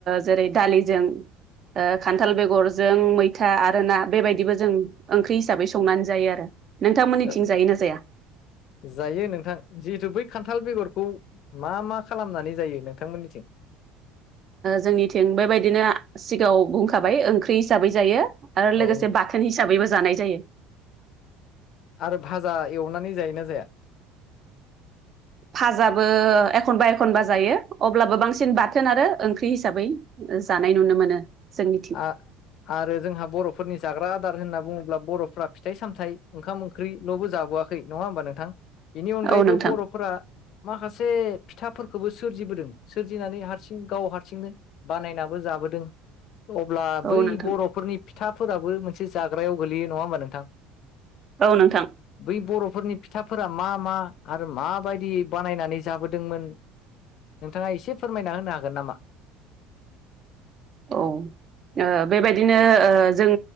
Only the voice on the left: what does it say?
ओ
जायो नोंथां जिहेथु बै खान्थाल बेगरखौ मा मा खालामनानै जायो नोंथांमोननिथिं?
औ
औ
आरो भाजा एवनानै जायोना जाया?
आ आरो जोंहा बर'फोरनि जाग्रा आदार होनना बुङोब्ला बर'फोरा फिथाइ सामथ ओंखाम ओं ख्रिल'बो जाबोआखै नङा होमबा नोंथां बेनि अनगायैबो
बर'फोरा माखासे फिथाफोरखौबो सोरजिबोदों सोरजिनानै हारसिं गाव हारसिंनो बानायनाबो जाबोदों अब्ला बै
बर'फोरनि फिथाफोराबो मोनसे जाग्रायाव गोलैयो नङा होमबा नोंथां?
बै बर'फोरनि फिथाफोरा मा मा आरो माबायदि बानायनानै जाबोदोंमोन नोंथाङा एसे फोरमायना होनो हागोन नामा?